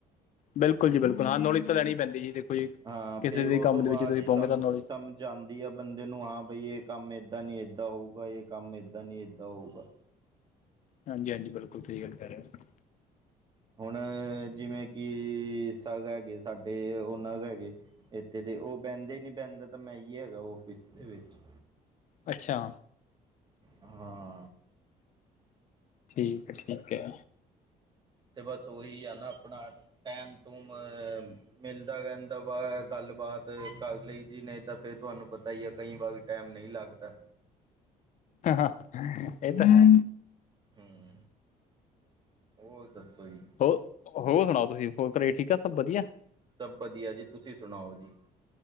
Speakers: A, on the left; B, on the right.
A: ਬਿਲਕੁਲ ਜੀ ਬਿਲਕੁਲ, ਹਾਂ ਨੌਲੀਜ ਤਾਂ ਲੈਣੀ ਈ ਪੈਂਦੀ ਜੀ, ਦੇਖੋ ਜੀ।
B: ਹਾਂ,
A: ਕਿਸੇ
B: ਫੇ ਓਹ
A: ਵੀ ਕੰਮ
B: ਤੋਂ
A: ਦੇ
B: ਬਾਦ
A: ਵਿੱਚ ਤੁਸੀਂ
B: ਹੀ ਸਮ
A: ਪਾਉਂਗੇ ਤਾਂ ਨੌਲੇਜ
B: ਸਮ ਜਾਂਦੀ ਐ ਬੰਦੇ ਨੂੰ। ਹਾਂ, ਬਈ ਏਹ ਕੰਮ ਏਦਾਂ ਨੀ ਏਦਾਂ ਹੋਊਗਾ, ਏਹ ਕੰਮ ਏਦਾਂ ਨੀ ਏਦਾਂ ਹੋਊਗਾ।
A: ਹਾਂਜੀ ਹਾਂਜੀ, ਬਿਲਕੁਲ ਸਹੀ ਗੱਲ ਕਰ ਰੈ ਐ।
B: ਹੁਣ ਜਿਵੇਂ ਕਿ, ਸਗ ਹੈਗੇ ਸਾਡੇ ਉਹ ਨਗ ਹੈਗੇ। ਏਥੇ ਦੇ ਓਹ ਬੈੰਦੇ ਨੀ ਬੈੰਦਾ ਤਾਂ ਮੈਂ ਈ ਹੈਗਾ ਔਫਿਸ ਦੇ ਵੇਚ।
A: ਅੱਛਾ।
B: ਹਾਂ।
A: ਠੀਕ ਹੈ, ਠੀਕ ਐ।
B: ਤੇ ਬਸ ਓਹੀ ਆ ਨਾ ਆਪਣਾ ਟੈਮ-ਟੂਮ ਮਿਲਦਾ ਰੈੰਦਾ। ਵ ਗੱਲਬਾਤ ਕਰ ਲਈ ਦੀ ਨਹੀਂ ਤਾਂ ਫੇਰ ਤੁਹਾਨੂੰ ਪਤਾ ਹੀ ਐ ਕਈ ਵਾਰ ਟੈਮ ਨਹੀਂ ਲੱਗਦਾ।
A: ਹਾ ਹਾ, ਇਹ ਤਾਂ ਹੈ।
B: ਹੂੰ, ਹੋਰ ਦੱਸੋ ਜੀ।
A: ਹੋ ਹੋਰ ਸੁਣਾਓ, ਤੁਸੀਂ ਹੋਰ ਘਰੇ ਠੀਕ ਆ ਸਭ ਵਧੀਆ?
B: ਸਭ ਵਧੀਆ ਜੀ, ਤੁਸੀਂ ਸੁਣਾਓ ਜੀ?